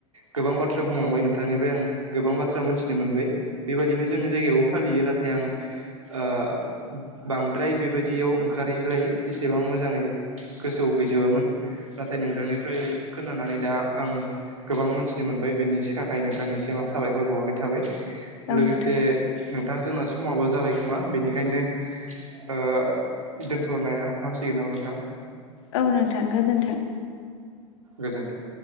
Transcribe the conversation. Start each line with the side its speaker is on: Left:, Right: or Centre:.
Right: गोबां बाथ्रा बुंलांबाय नों नोंथानिफ्राय आं गोबां बाथ्रा मोनथिनो मोनबाय बेबायदिनो जोंनि जायगायावबो फालियो नाथ नाथाय आं ओ बांद्राय बेबायदियाव ओंखारैलाय एसेबां मोजाङै गोसोआव गैजोबामोन। नाथाय नोंथांनिफ्राय खोनानानै दा आं गोबां मोनथिनो मोनबाय बेनि सा थाखाय नोंथांनिसिम आं साबायखर बावहरनाय थाबाय
Left: औ
Right: लोगोसे
Left: नोंथां
Right: नोंथां जोंना समाबो जा जाबाय खोमा बेनिखायनो ओ दोनथ'नाया हामसिगोन नामा नोंथां?
Left: औ नोंथां गोजोन्थों।
Right: गोजोन्थों।